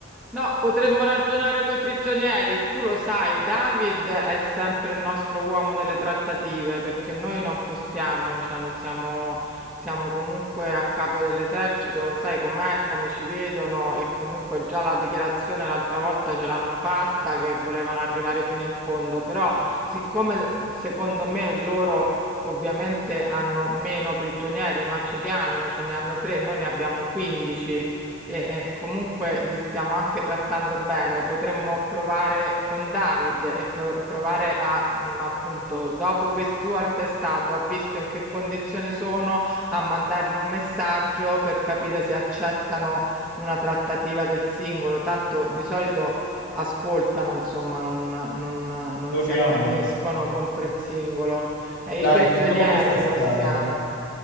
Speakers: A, in the centre; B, on the left.
A: No, potremmo ragionare coi prigionieri. Tu lo sai, David è sempre il nostro uomo delle trattative, perché noi non possiamo, cioè non siamo, siamo comunque a capo dell'esercito, lo sai com'è, come ci vedono e comunque già la dichiarazione l'altra volta ce l'hanno fatta che volevano arrivare fino in fondo, però siccome secondo me loro ovviamente hanno meno prigionieri, ma ce li hanno, ce ne hanno tre, noi ne abbiamo 15 e, eh, comunque li stiamo anche trattando bene. Potremmo provare con David e pro- provare a, mh, appunto, dopo che Stuart è stato, ha visto in che condizione sono, a mandargli un messaggio per capire se accettano una trattativa del singolo. Tanto di solito ascoltano, insomma, non, non- non
B: Proviamo.
A: si accaniscono contro il singolo. E
B: Dai,
A: i prigionieri
B: proviamo questa strada.
A: possiamo.